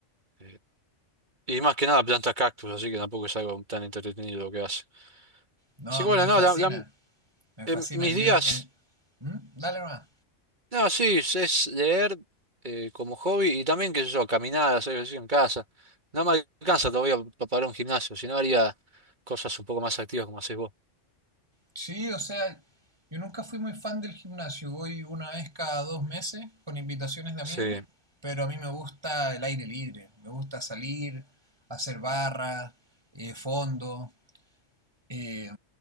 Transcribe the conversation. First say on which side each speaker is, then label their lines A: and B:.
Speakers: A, on the right (about 40°); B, on the right (about 20°).
A: eh, y más que nada plantas cactus, así que tampoco es algo tan entretenido lo que hace.
B: No,
A: Así
B: a
A: que bueno,
B: mí me
A: no,
B: fascinan.
A: la- la-
B: Me
A: en
B: fascinan.
A: mis
B: Yo
A: días,
B: en... en- ¿Mm? Dale más.
A: no, sí, es es leer eh, como hobby y también, qué sé yo, caminar, hacer ejercicio en casa. No me alcanza todavía pa- para un gimnasio, si no haría cosas un poco más activas como haces vos.
B: Sí, o sea, yo nunca fui muy fan del gimnasio. Voy una vez cada dos meses con invitaciones de amigos.
A: Sí.
B: Pero a mí me gusta el aire libre. Me gusta salir, hacer barras, eh, fondo. eh,